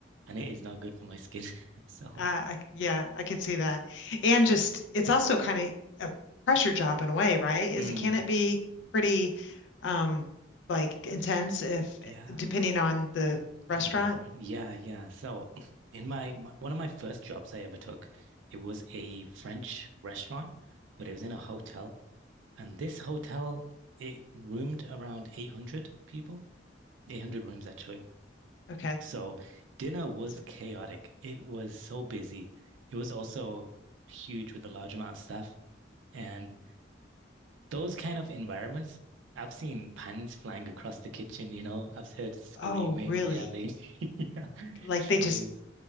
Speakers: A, on the right; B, on the left.
A: and it is not good for my skin. <laughs> So,
B: uh, I yeah, I could see that. And just
A: Mm.
B: it's also kind of a pressure job in a way, right? Is
A: mm,
B: it can it be pretty, um, like intense if
A: yeah,
B: depending on the restaurant?
A: environment. Yeah, yeah. So, <clears throat> in my, my one of my first jobs I ever took, it was a French restaurant, but it was in a hotel. And this hotel, it roomed around 800 people, 800 rooms actually.
B: Okay.
A: So, dinner was
B: so
A: chaotic. It was so busy. It was also huge with a large amount of staff. And those kind of environments, I've seen pans flying across the kitchen, you know, I've heard screaming,
B: Oh, really?
A: yelling, <laughs> yeah,
B: Like
A: trays,
B: they just